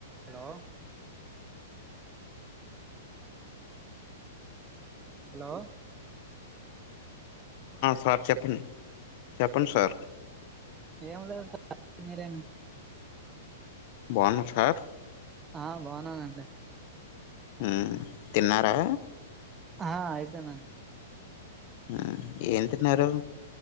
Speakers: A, on the right; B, on the left.
A: Hello hello
B: sir చెప్పండి చెప్పండి sir
A: ఏం లేదు సార్ చెప్పండి మీరే
B: బావున్నాం సార్
A: ఆ బాగునానండి
B: ఉ తిన్నారా
A: ఆ అయిపోయిందండి
B: ఆ ఏం తిన్నారు